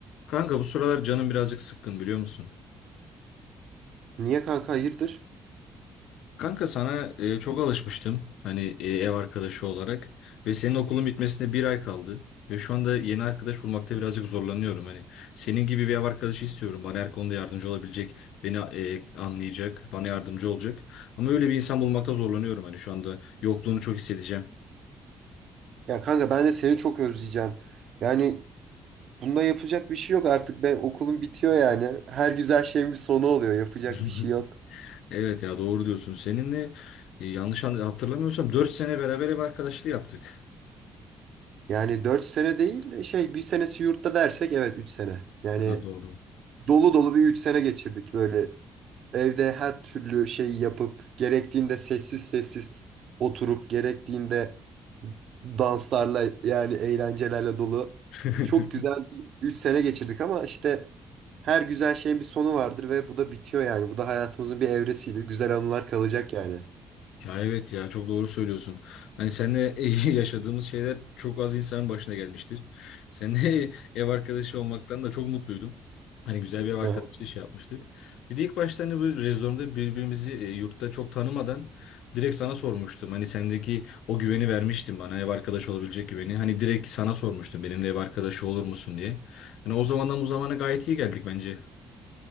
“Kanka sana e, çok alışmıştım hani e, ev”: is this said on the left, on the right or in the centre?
Left